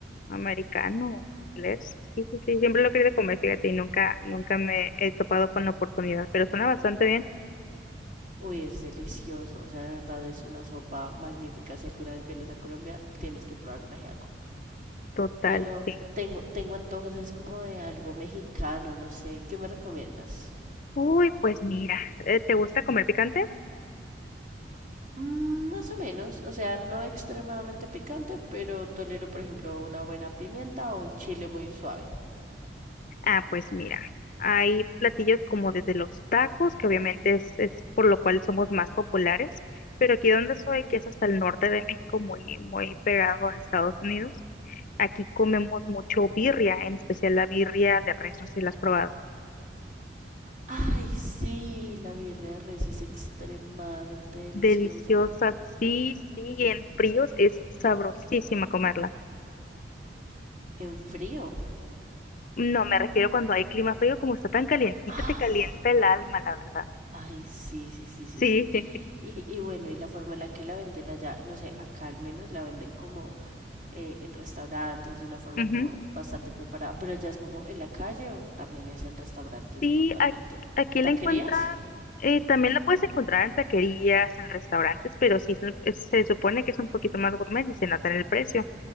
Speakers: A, on the left; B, on the right.
A: americano, inglés. Sí, sí, sí, siempre lo he querido comer, fíjate, y nunca, nunca me he topado con la oportunidad, pero suena bastante bien.
B: Uy, es delicioso, o sea, de verdad es una sopa magnífica. Si alguna vez vienes a Colombia, tienes que probar un ajiaco.
A: Total,
B: Pero
A: sí.
B: tengo, tengo antojos, es como de algo mexicano, no sé. ¿Qué me recomiendas?
A: Uy, pues mira, eh, ¿te gusta comer picante?
B: Mm, más o menos, o sea, no extremadamente picante, pero tolero, por ejemplo, una buena pimienta o un chile muy suave.
A: Ah, pues mira, hay platillos como desde los tacos, que obviamente es, es por lo cual somos más populares, pero aquí donde soy, que es hasta el norte de México, muy, muy pegado a Estados Unidos, aquí comemos mucho birria, en especial la birria de res, no sé si la has probado.
B: Ay, sí, la birria de res es extremadamente deliciosa.
A: Deliciosa, sí, sí, en fríos es sabrosísima comerla.
B: En frío.
A: No, me refiero cuando hay clima frío, como está tan calientita,
B: Ah,
A: te calienta el alma, la verdad.
B: Ay, sí, sí, sí,
A: Sí.
B: sí, sí.
A: <laughs>
B: Y, y bueno, y la forma en la que la venden allá, no sé, acá al menos la venden como eh, en restaurantes de una forma
A: Ujú.
B: como bastante preparada, pero allá es como en la calle o también es en restaurantes
A: Sí,
B: puntualmente.
A: a- aquí
B: ¿Taquerías?
A: la encuentra, eh, también la puedes encontrar en taquerías, en restaurantes, pero sí se, es- se supone que es un poquito más gourmet y se nota en el precio.